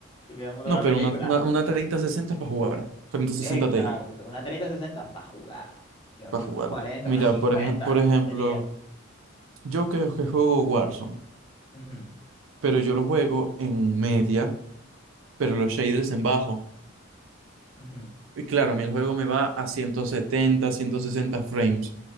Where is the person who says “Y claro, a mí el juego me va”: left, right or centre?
Right